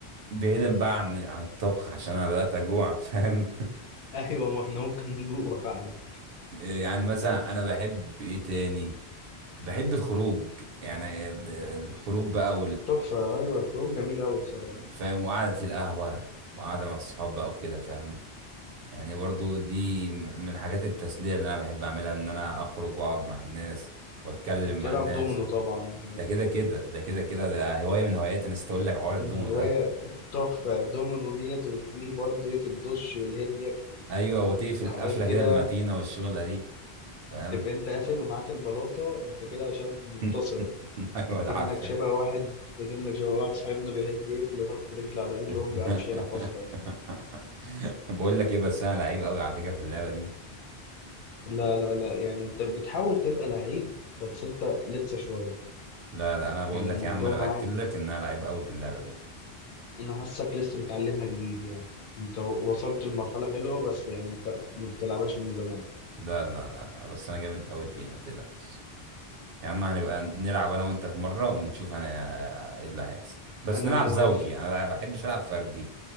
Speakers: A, on the right; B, on the left.
A: بعيدا بقى عن عن الطبخ عشان انا بدأت اجوع فاهم
B: ايوه ما احنا ممكن نجوع فعلا
A: <laughs> يعني مثلا انا بحب ايه تاني بحب الخروج يعني ال- الخروج بقى
B: تحفه ايوه الخروج جميل قوي بصراحه
A: فاهم وقعدة القهوة وقعدة مع الصحاب بقى وكده فاهم يعني برضو دي م- من حاجات التسلية اللي أنا بحب أعملها إن أنا أخرج وأقعد مع الناس وأتكلم
B: بتلعب
A: مع الناس
B: دومينو
A: وت...
B: طبعا
A: ده كده كده ده كده كده ده هواية من هواياتي أنا نسيت أقول لك حوار الدومو
B: الرواية
A: ده
B: تحفة الدومينو ديت وتديلي برضه ايه في الدش والهبيك و-
A: أيوة وتقفل
B: وحاجات
A: قفلة
B: كده
A: كده المتينة والشغلة دي فاهم
B: تبقى انت قافل ومعاك البلاطة انت كده شاب
A: <laughs>
B: منتصر
A: أيوة
B: اكنك
A: ده عارفة
B: شبه واحد اكنك شبه واحد صاحبنا بيحب يقفل ويحط رجل على رجل
A: <laughs>
B: وهو ما بيعرفش يلعب اصلا
A: بقول لك إيه بس أنا لعيب أوي على فكرة في اللعبة دي
B: لا لا لا يعني انت بتحاول تبقى لعيب بس انت لسه شوية
A: لا لا أنا بقول
B: يعني
A: لك
B: الموضوع
A: يا عم أنا
B: معاك
A: بأكد لك إن أنا لعيب أوي في اللعبة دي
B: انا حاسك لسه متعلمها جديد يعني انت وصلت لمرحلة حلوة بس يعني انت ما بتلعبهاش من زمان
A: لا لا لا بس انا جامد قوي فيها ما تقلقش يا عم هنبقى نلعب انا وانت في مره ونشوف انا ايه اللي هيحصل بس
B: انا
A: نلعب
B: موافق
A: زوجي انا ما بحبش العب فردي